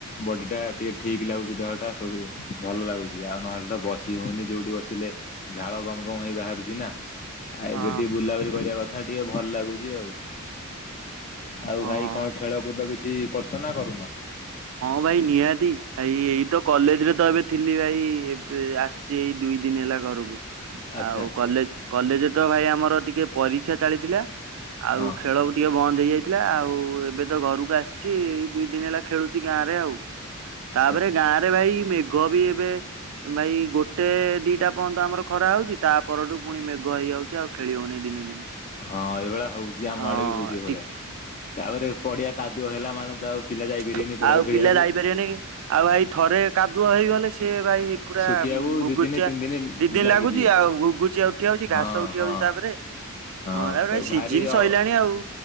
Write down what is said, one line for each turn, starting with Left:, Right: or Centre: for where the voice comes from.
Left: ବଡି ଟା ଟିକେ ଠିକ୍ ଲାଗୁଛି ଦେହଟା ସ ଭଲ ଲାଗୁଛି ଆଉ ନହେଲେ ତ ବସି ହଉନି ଯୋଉଠି ବସିଲେ ଝାଳ ଗମ୍ ଗମ୍ ହେଇ ବାହାରୁଛି ନା। ଆଉ
Right: ହଁ
Left: ଏବେ ଟିକେ ବୁଲାବୁଲି କରିବା କଥା ଟିକେ ଭଲ ଲାଗୁଛି ଆଉ ଆଉ
Right: ହଁ।
Left: ଭାଇ କଣ? ଖେଳ କୁଦ କିଛି କରୁଛ ନା କରୁନ?
Right: ହଁ ଭାଇ ନିହାତି ଭାଇ ଏଇ ତ କଲେଜ୍ ରେ ତ ଏବେ ଥିଲି ଭାଇ। ଏବେ ଆସିଛି ଏଇ ଦୁଇ ଦିନି ହେଲା ଘରକୁ।
Left: ଆଚ୍ଛା
Right: ଆଉ କଲେଜ୍ କଲେଜରେ ତ ଭାଇ ଆମର ଟିକେ ପରୀକ୍ଷା ଚାଲିଥିଲା। ଆଉ
Left: ହଁ
Right: ଖେଳ <unintelligible> ଟିକେ ବନ୍ଦ ହେଇଯାଇଥିଲା ଆଉ ଏବେ ତ ଘରକୁ ଆସିଛି ଏଇ ଦୁଇ ଦିନି ହେଲା ଖେଳୁଛି ଗାଁ ରେ ଆଉ।
Left: ଆଚ୍ଛା।
Right: ତାପରେ ଗାଁରେ ଭାଇ ମେଘ ବି ଏବେ ଭାଇ ଗୋଟେ ଦିଟା ପଅନ୍ତ ଆମର ଖରା ହଉଛି ତା ପରଠୁ ପୁଣି ମେଘ ହେଇଯାଉଛି ଆଉ ଖେଳି ହଉନି ଦିନେ ଦିନେ।
Left: ହଁ ଏଇଭଳିଆ ହଉଛି ଆମଆଡେ
Right: ହଁ
Left: ବି ହଉଛି ଏଇଭଳିଆ
Right: ଟିକ
Left: ତାପରେ ପଡିଆ କାଦୁଅ ହେଲା ମାନେ ତ ଆଉ। ପିଲା ଯାଇପାରିବେନି
Right: ଥୁ
Left: ପଡିଆକୁ
Right: ଆଉ
Left: ଖେଳିବାକୁ
Right: ପିଲା ଯାଇପାରିବେନି କି ଆଉ ଭାଇ ଥରେ କାଦୁଅ ହେଇଗଲେ ସିଏ ଭାଇ। ପୁରା
Left: ଶୁଖିବାକୁ
Right: ଗୁଗୁଚିଆ
Left: ଦି ଦିନ ତିନି ଦିନ
Right: ଦି ଦିନି
Left: ଲାଗିଯିବ
Right: ଲାଗୁଛି ଆଉ ଗୁଗୁଚିଆ ଉଠି ଯାଉଛି
Left: ହଁ
Right: ଘାସ ଉଠି
Left: ହଁ
Right: ଯାଉଛି ତାପରେ। ହଁ
Left: ହଁ
Right: ତାପର ଭାଇ ସିଜିିନ
Left: ଭାରି ଅ
Right: ସଇଲାଣି ଆଉ।